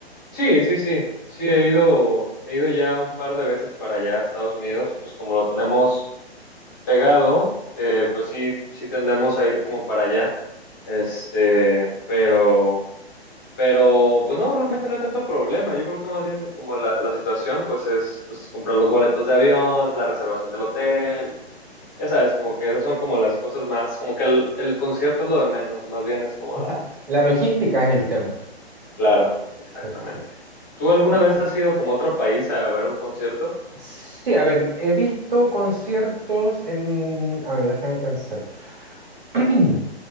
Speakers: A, on the left; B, on the right.
A: sí, sí, sí, sí, he ido, he ido ya un par de veces para allá a Estados Unidos, pues como lo tenemos pegado, eh, pues sí, sí tendemos a ir como para allá, este, pero, pero, pues no, realmente no hay tanto problema, yo creo que más bien como la, la situación, pues es pues, comprar los boletos de avión, la reservación del hotel, ya sabes, como que esas son como las cosas más, como que el, el concierto es lo de menos, más bien es como
B: O
A: la
B: sea, la logística es el tema.
A: Claro, Exactamente.
B: Perfecto.
A: ¿Tú alguna vez has ido como a otro país a ver un concierto?
B: Sí, a ver, he visto conciertos en... A ver, déjame pensar. <clears throat>